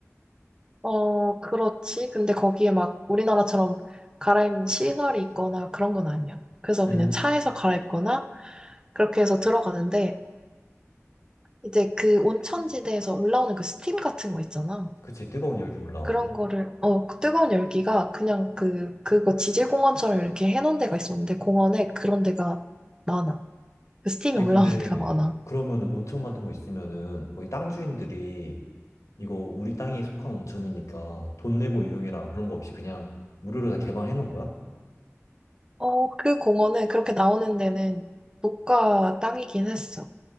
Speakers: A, on the right; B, on the left.
A: 어, 그렇지. 근데 거기에 막 우리나라처럼 갈아입는 시설이 있거나 그런 건 아니야. 그래서
B: 음.
A: 그냥 차에서 갈아입거나 그렇게 해서 들어가는데 이제 그 온천지대에서 올라오는 그 스팀 같은 거 있잖아.
B: 그치, 뜨거운 열기 올라오고.
A: 그런 거를 어, 그 뜨거운 열기가 그냥 그 그거 지질공원처럼 이렇게 해놓은 데가 있었는데 공원에 그런 데가 많아. 그 스팀이
B: 아니,
A: 올라오는
B: 근데
A: 데가 많아.
B: 그러면 온천 같은 거 있으면은 거기 땅 주인들이 이거 우리 땅에 속한 온천이니까 돈 내고 이용해라 그런 거 없이 그냥 무료로 다 개방해 놓은 거야?
A: 어, 그 공원은 그렇게 나오는 데는 국가 땅이긴 했어.